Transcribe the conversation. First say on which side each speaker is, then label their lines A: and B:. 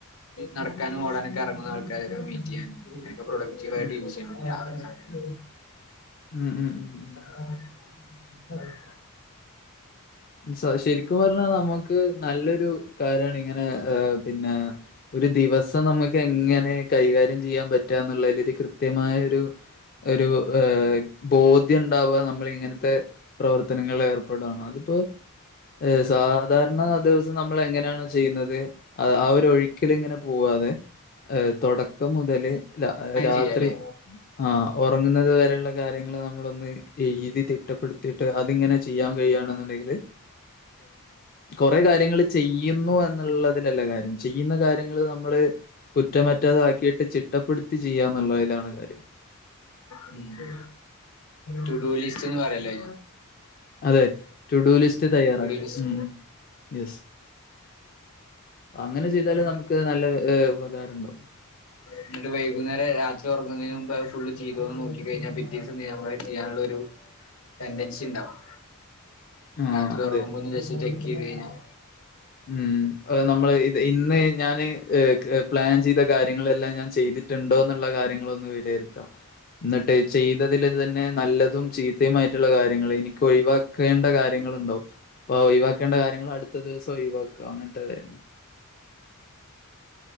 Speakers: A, on the left; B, on the left.
A: നടക്കാനും ഓടാനൊക്കെ ഇറങ്ങുന്ന ആൾക്കാരെ മീറ്റ് ചെയ്യാനും എനിക്ക് പ്രൊഡക്റ്റീവായിട്ട്
B: ഉം
A: യൂസ് ചെയ്യാൻ പറ്റും രാവിലെ സമയം
B: ഉം ഉം
A: ആ
B: ഉം സ ശരിക്കും പറഞ്ഞാൽ നമുക്ക് നല്ലൊരു കാര്യാണ് ഇങ്ങനെ പിന്നെ ഒരു ദിവസം നമുക്ക് എങ്ങനെ കൈകാര്യം ചെയ്യാൻ പറ്റാ എന്നുള്ളതിൽ ഒരു കൃത്യമായ ഒരു ഒരു വേ ബോധ്യണ്ടാവാ നമ്മൾ ഇങ്ങനത്തെ പ്രവർത്തനങ്ങളിൽ ഏർപ്പെടാനാണ് അതിപ്പോ ഏ സാധാരണ ദിവസം നമ്മൾ എങ്ങനെയാണ് ചെയ്യുന്നത്? അ ആ ഒരു ഒഴുക്കിലിങ്ങനെ പോവാതെ ഏ തുടക്കം മുതല് ല രാത്രി
A: ചെയ്യാലേ
B: ആ ഉറങ്ങുന്നത് വരെയുള്ള കാര്യങ്ങള്ൾ നമ്മളൊന്ന് എഴുതി തിട്ടപ്പെടുത്തിയിട്ട് അതിങ്ങനെ ചെയ്യാൻ കഴിയാണെന്നുണ്ടെങ്കില് കുറെ കാര്യങ്ങൾ ചെയ്യുന്നു എന്നുള്ളതിലല്ല കാര്യം ചെയ്യുന്ന കാര്യങ്ങള് നമ്മള് കുറ്റമറ്റതാക്കിയിട്ട് ചിട്ടപ്പെടുത്തി ചെയ്യാന്നുള്ളതിലാണ് കാര്യം
A: ഉം റ്റുഡു ലിസ്റ്റ് ന്ന് പറീല്ലേ
B: അതെ റ്റുഡൂ ലിസ്റ്റ് തയ്യാറാക്കാ
A: ലിസ്റ്റ്
B: ഉം യെസ് അങ്ങനെ
A: അങ്ങനൊക്കെ
B: ചെയ്താല് നമുക്ക് നല്ല ഏ ഉപകാരം ഉണ്ടകും
A: ന്നിട്ട് വൈകുന്നേരം രാത്രി ഉറങ്ങുന്നതിന് മുമ്പ് അത് ഫുള്ള് ചെയ്തോന്ന് നോക്കികയിഞ്ഞാ പി ത്യാസണ്ടെങ്കിൽ ആ സമയത്ത് ചെയ്യാനുള്ള ഒരു ടെൻ്റെൻസിണ്ടാവും
B: ആ
A: രാത്രി
B: അതെ.
A: ഉറങ്ങുമ്പൊ ഒന്നു ജസ്റ്റ് ചെക്ക് ചെയ്ത് കഴിഞ്ഞാൽ
B: ഉം അത് നമ്മള് ഇത് ഇന്ന് ഞാന് ക് പ്ലാൻ ചെയ്ത കാര്യങ്ങളെല്ലാം ഞാൻ ചെയ്തിട്ടുണ്ടോന്ന്ള്ള കാര്യങ്ങളൊന്നു വിലയിരുത്താം ന്നട്ട് ചെയ്തതിൽ തന്നെ നല്ലതും, ചീത്തയുമായിട്ടുള്ള കാര്യങ്ങളെനിക്കൊഴിവാ ക്കേണ്ട കാര്യങ്ങ ളുണ്ടാവും. അപ്പൊ ആ ഒഴിവാക്കേണ്ട കാര്യങ്ങൾ അടുത്ത ദിവസം ഒഴിവാക്ക അങ്ങനത്തെ കാര്യങ്ങൾ